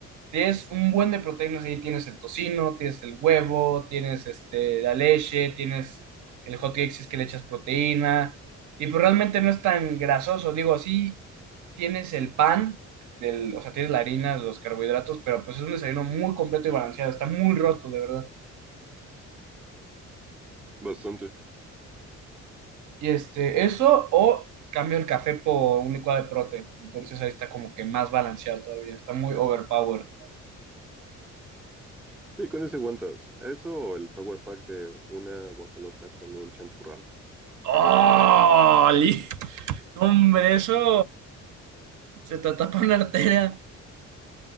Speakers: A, on the right; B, in the centre.
A: tienes un buen de proteínas ahí, tienes el tocino, tienes el huevo, tienes este, la leche, tienes el hot cake si es que le echas proteína. Y pues realmente no es tan grasoso, digo, así tienes el pan, del, o sea, tienes la harina, los carbohidratos, pero pues es un desayuno muy completo y balanceado, está muy roto, de verdad.
B: bastante.
A: Y este, eso o cambio el café por un licuado de prote. Entonces ahí está como que más balanceado todavía, está muy overpowered.
B: Sí, con ese aguantas. Eso o el power pack de una guajolota con un champurrado.
A: ¡Oh! li- Hombre, eso se te tapa una arteria.